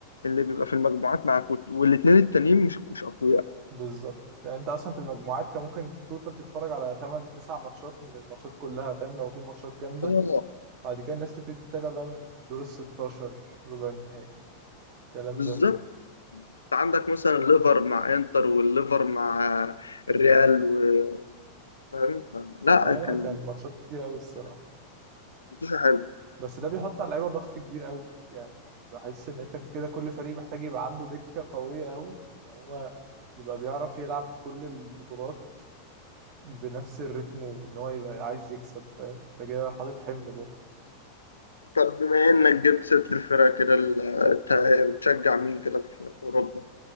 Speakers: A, on the left; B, on the right.
A: اللي بيبقى في المجموعات معاك وت- والاتنين التانيين مش مش اقوياء
B: بالظبط يعني انت اصلا في المجموعات كان ممكن توتال تتفرج على 8 9 ماتشات من الماتشات كلها فاهم لو في ماتشات جامده
A: اه
B: بعد كده الناس تبتدي تتابع بقى من دور ال 16 ربع النهائي الكلام
A: بالظبط
B: ده
A: عندك مثلا ليفر مع انتر والليفر مع الريال و- فاهم لا
B: اه لا
A: كان
B: كان ماتشات كتير قوي الصراحه
A: ماتش حلو
B: بس ده بيحط على اللعيبه ضغط كبير قوي يعني بحس ان انت كده كل فريق محتاج يبقى عنده دكه قويه قوي ان هو يبقى بيعرف يلعب كل البطولات بنفس الريتم وان هو يبقى عايز يكسب فاهم انت كده حاطط حمل برضه
A: طب بما انك جبت ست الفرق كده ال- بتاع- بتشجع مين كده في في اوروبا؟